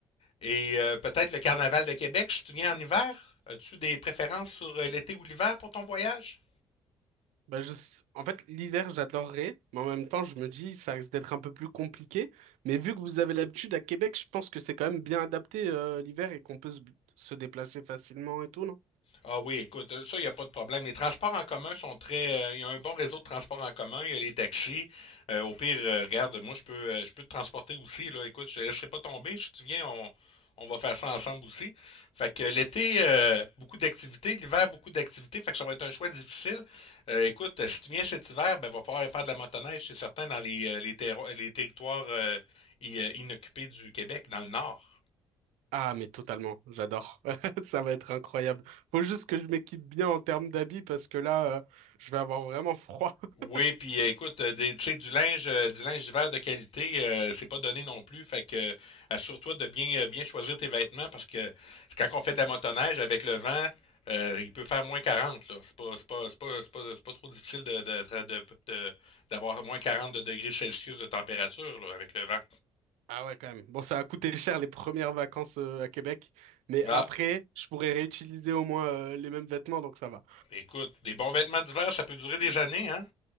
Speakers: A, on the left; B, on the right.
A: Et euh, peut-être le Carnaval de Québec, si tu viens en hiver. As-tu des préférences sur euh, l'été ou l'hiver pour ton voyage?
B: Bah, je... En fait, l'hiver, j'adorerais, mais en même temps, je me dis, ça risque d'être un peu plus compliqué. Mais vu que vous avez l'habitude à Québec, je pense que c'est quand même bien adapté, euh, l'hiver et qu'on peut se... se déplacer facilement et tout, non?
A: Ah oui, écoute, euh, ça, il n'y a pas de problème. Les transports en commun sont très. euh, Il y a un bon réseau de transports en commun, il y a les taxis. Euh, au pire, euh, regarde, moi, je peux, euh, je peux te transporter aussi. Là. Écoute, je ne laisserai pas tomber. Si tu viens, on, on va faire ça ensemble aussi. Fait que euh, l'été, euh, beaucoup d'activités. L'hiver, beaucoup d'activités. Fait que ça va être un choix difficile. Euh, écoute, euh, si tu viens cet hiver, ben, va falloir faire de la motoneige, c'est certain, dans les, euh, les, terro- les territoires euh, i- euh, inoccupés du Québec, dans le nord.
B: Ah, mais totalement, j'adore. <laughs> Ça va être incroyable. Faut juste que je m'équipe bien en termes d'habits parce que là, euh, je vais avoir vraiment froid. <laughs>
A: Oui, puis euh, écoute, euh, des, tu sais, du linge, euh, du linge d'hiver de qualité, euh, c'est pas donné non plus. Fait que euh, assure-toi de bien, euh, bien choisir tes vêtements parce que quand on fait de la motoneige avec le vent, euh, il peut faire moins quarante. là. C'est pas, c'est pas, c'est pas, c'est pas, c'est pas trop difficile de, de, tra- de- de- d'avoir moins 40 de degrés Celsius de température, là, avec le vent.
B: Ah ouais, quand même. Bon, ça a coûté cher les premières vacances, euh, à Québec, mais après,
A: Ah,
B: je pourrais réutiliser au moins, euh, les mêmes vêtements, donc ça va.
A: écoute, des bons vêtements d'hiver, ça peut durer des années, hein?